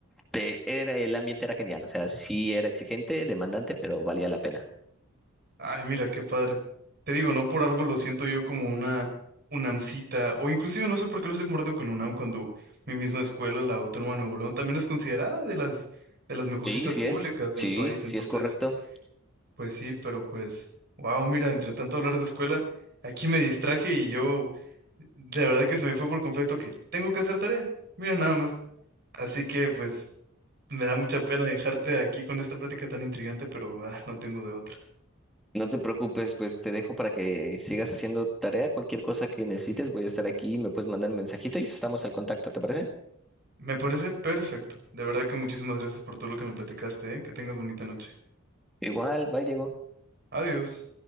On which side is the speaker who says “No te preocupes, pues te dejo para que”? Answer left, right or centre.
Centre